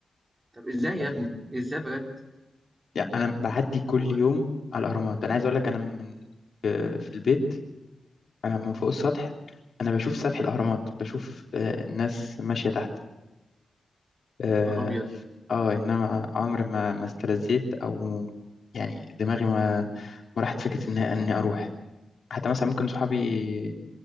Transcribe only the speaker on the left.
فدي
يعني انا بعدي كل
يوم على الاهرامات انا عايز اقول لك انا من في في البيت أنا من فوق السطح أنا بشوف سفح الأهرامات بشوف آه، الناس ماشية تحت آه,
آه إنما عمري ما ما استلذيت أو يعني دماغي ما ما راحت فكرة إن إني أروح حتى مثلا ممكن صحابي